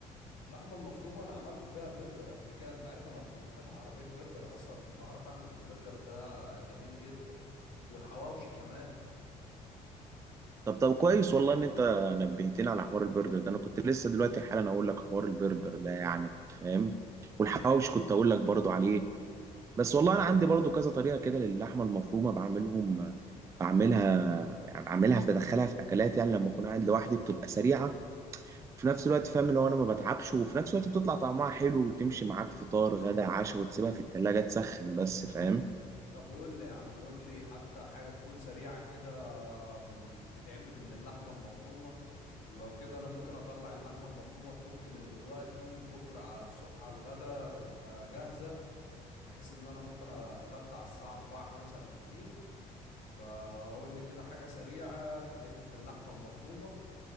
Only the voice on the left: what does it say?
اللحمة المفرومة أنا عملت بيها برجر قبل كده أنت عارف أنا كنت فاتح عربية برجر أصلا فبعرف أعمل برجر ده جميل جدا والحواوشي كمان
طب قول لي يا عم قول لي حتى حاجة تكون سريعة كده م، تتعمل من اللحمة المفرومة لو كده انا ممكن اطلع اللحمه المفرومه تفك من دلوقتي بكره على الصبح على الغدا تبقى جاهزه بحيث ان انا ممكن اتغدى على الساعه 4 5 بالكتير فقول لي كده حاجه سريعه تتعمل باللحمه المفرومه